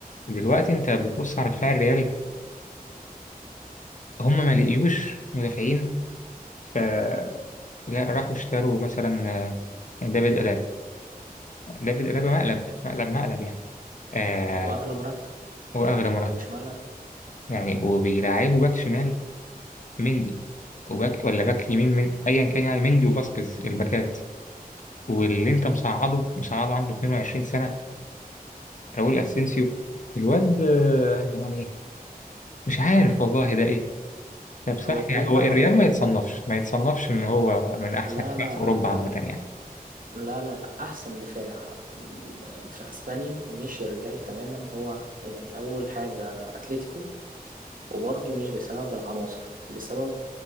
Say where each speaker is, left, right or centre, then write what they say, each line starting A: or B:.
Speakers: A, on the left; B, on the right.
A: دلوقتي انت بتبص على دفاع الريال هم ما لقيوش مدافعين فلا راحوا اشتروا مثلا آه، دافيد ألابا دافيد ألابا مقلب مقلب مقلب يعني آه
B: واغلى مرتب
A: هو أغلى
B: يعني
A: مرتب
B: هو مش مقلب
A: يعني وبيلعبوا باك شمال مندي وباك ولا باك يمين من أيا كان يعني مندي وفاسكيز الباكات واللي أنت مصعده مصعده عنده 22 سنة راؤول أسينسيو الواد آه، يعني مش عارف والله ده إيه طب صح
B: هو جرينت
A: يعني هو
B: على
A: الريال
B: الفاضي
A: ما يتصنفش ما يتصنفش ان هو من احسن
B: لا
A: فرق
B: لا
A: في اوروبا
B: لا لا
A: عامه
B: لا
A: يعني
B: لا لا لا احسن دفاع م- في اسبانيا مش الريال تماما هو يعني اول حاجه اتلتيكو وبرضه مش بسبب العناصر بسبب